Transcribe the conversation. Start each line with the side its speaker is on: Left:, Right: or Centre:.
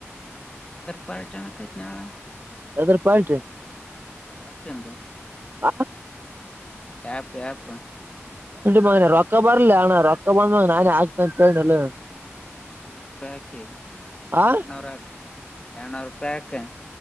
Left: ಎದುರ್ ಪಾರಟನ ಕತ್ ನಾಳ
Right: ಸದ ಪಲ್ಟಿ
Left: ಯಾಪ್ಪ ಅಂದ
Right: ಹ
Left: ಆಪ್ ಆಪ್
Right: ಮ ರೊಕ್ಕ ಬರ್ಲಿ ಅಣ್ಣ ರೊಕ್ಕ ಬಂದಾಗ ನಾನೇ ಆಗ್ತ ಅಂತೇಳ <inaudible>
Left: ನೂರು ರೂಪಾಯಿ ಹಾಕಿ
Right: ಆ
Left: ಎರಡ್ನೂರ ಹಾಕ <inaudible> ಎರನೂರು ರೂಪಾಯಕ <inaudible>